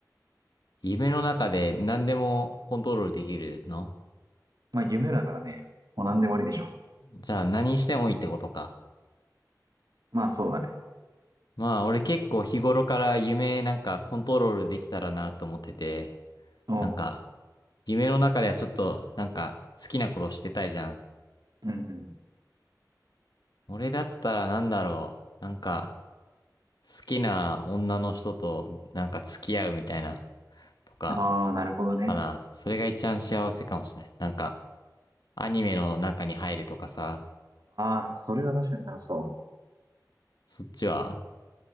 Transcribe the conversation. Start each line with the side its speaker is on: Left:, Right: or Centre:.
Left: 夢の中で何でもコントロールできるの
Right: まあ夢だからね、もう何でもありでしょ。
Left: じゃあ、何してもいいってことか。
Right: まあそうだね。
Left: まあ、俺結構日頃から夢なんかコントロールできたらなと思ってて、
Right: うん。
Left: なんか、夢の中ではちょっと、なんか、好きなことしてたいじゃん。
Right: うん
Left: 俺だったらなんだろう。なんか、好きな女の人となんか付き合うみたいな、とか、
Right: うん。ああ、なるほどね。
Left: かな。それが一番幸せかもしれない。なんか、アニメの中に入るとかさ。
Right: ああ、それは確かに楽しそ
Left: そっちは、